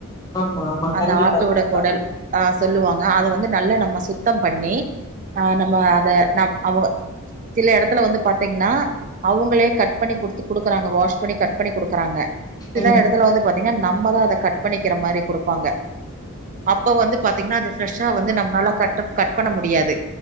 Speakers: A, on the left; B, on the right.
A: ஆமா ஆமா
B: அந்த
A: கண்டிப்பா
B: ஆட்டோட
A: கண்டிப்பா
B: கொடல் அ சொல்லுவாங்க அத வந்து நல்லா நம்ம சுத்தம் பண்ணி ஆ நம்ம அத ந அவங்க சில இடத்துல வந்து பாத்தீங்னா அவுங்களே கட் பண்ணி குடுத்து குடுக்கறாங்க வாஷ் பண்ணி கட் பண்ணி குடுக்கறாங்க சில
A: ம்
B: எடத்துல வந்து பாத்தீங்னா நம்மதான் அதை கட் பண்ணிக்கிற மாறி குடுப்பாங்க அப்ப வந்து பாத்தீங்னா அது ஃப்ரெஷ்ஷா வந்து நம்மளால கட்ட கட் பண்ண முடியாது